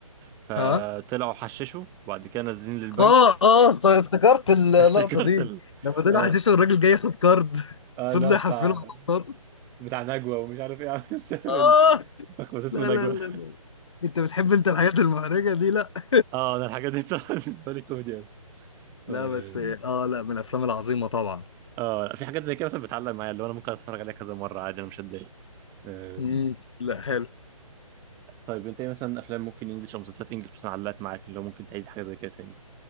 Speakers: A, on the right; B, on the left.
A: فطلعوا
B: اه
A: حششوا وبعد كده نازلين للبنك
B: اه اه طيب افتكرت
A: <laughs>
B: اللقطه
A: افتكرت
B: دي
A: ال...
B: لما طلع
A: اه
B: حشيش والراجل جاي ياخد كارد <laughs>
A: اه
B: فضل
A: لا بتاع
B: يحفله على
A: بتاع نجوى ومش عارف ايه <laughs> عامل سامي
B: الكارد
A: لخبط اسمه
B: لا
A: نجوى
B: لا لا لا انت بتحب انت الحاجات المحرجة دي لا <laughs>
A: اه انا الحاجات دي صراحه بالنسبه لي كوميدي قوي
B: لا
A: اه
B: بس اه لا من الافلام العظيمة طبعا
A: آه، لا في حاجات زي كده مثلا بتعلق معايا اللي هو انا ممكن اتفرج عليها كذا مره عادي انا مش هتضايق آه،
B: مم. لا حلو
A: طيب انت ايه مثلا افلام ممكن انجلش او مسلسلات انجلش مثلا علقت معاك اللي هو ممكن تعيد حاجه زي كده تاني